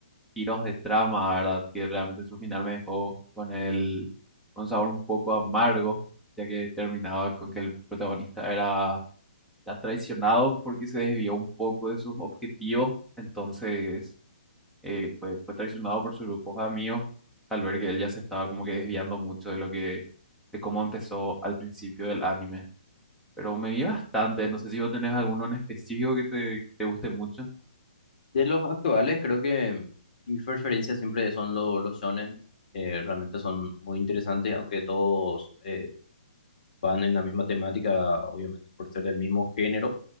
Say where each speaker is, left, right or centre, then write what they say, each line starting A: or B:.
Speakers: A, in the centre; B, on the left.
A: giros de trama, ¿verdad? Que realmente su final me dejó con el, con un sabor un poco amargo, ya que terminaba con que el protagonista era, era traicionado porque se desvió un poco de sus objetivos, entonces eh, fue, fue traicionado por sus grupos de amigos al ver que él ya se estaba como que desviando mucho de lo que, de cómo empezó al principio del anime. Pero me vi bastante, no sé si vos tenés alguno en específico que te, que te guste mucho.
B: De los actuales, creo que mis preferencias siempre son lo- los shonen. eh, realmente son muy interesantes, aunque todos eh, van en la misma temática, obviamente por ser del mismo género.